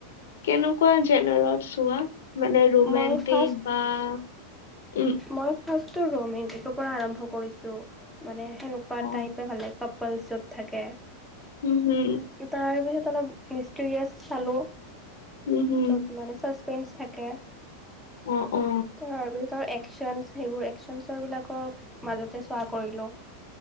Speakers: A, on the left; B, in the centre.
A: কেনেকুৱা জেনেৰত চোৱা মানে ৰোমেন্টিক।
B: মই ফাৰ্ষ্ট
A: আ উম,
B: মই ফাৰ্ষ্টটো ৰোমেণ্টিকৰ পৰা আৰম্ভ কৰিছোঁ মানে সেনেকুৱা
A: অ
B: টাইপে ভাল লাগে কপল চ'ব থাকে।
A: উম হুম
B: তাৰপিছত অলপ মিষ্টৰিয়াছ চালোঁ
A: উম হম
B: য'ত মানে চাচপেণ্ডচ্ থাকে
A: অ অ
B: তাৰপিছত এক একচনছ সেইবোৰ একচনছৰবিলাকক মাজতে চোৱা কৰিলোঁ।